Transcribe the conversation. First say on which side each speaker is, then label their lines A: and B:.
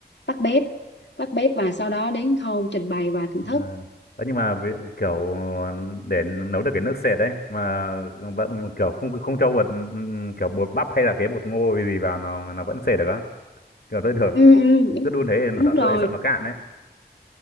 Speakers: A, on the left (about 85°); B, on the left (about 65°).
A: tắt bếp tắt bếp và sau đó đến khâu trình bày và thưởng thức
B: à. Đấy, nhưng mà vì- kiểu để nấu được cái nước sệt đấy mà vẫn kiểu không không cho bột ừm, kiểu bột bắp hay là cái bột ngô gì vào nó nó vẫn sệt được á kiểu tôi thường
A: ừ ừ đúng,
B: cứ đun thế thì
A: đúng
B: sợ
A: rồi
B: tôi sợ nó cạn đấy